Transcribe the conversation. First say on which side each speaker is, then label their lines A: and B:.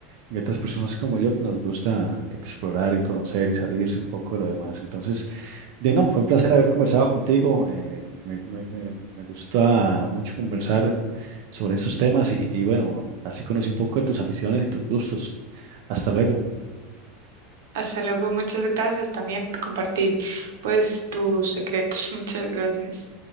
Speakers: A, on the right (about 60°); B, on the right (about 85°).
A: Y otras personas como yo que nos gusta explorar y conocer y salirse un poco de lo demás. Entonces, De no, fue un placer haber conversado contigo. eh, me, me- me- me gusta mucho conversar sobre esos temas y, y bueno, así conocí un poco de tus aficiones y tus gustos. Hasta luego.
B: Hasta luego, muchas gracias también por compartir pues tus secretos. <laughs> Muchas gracias.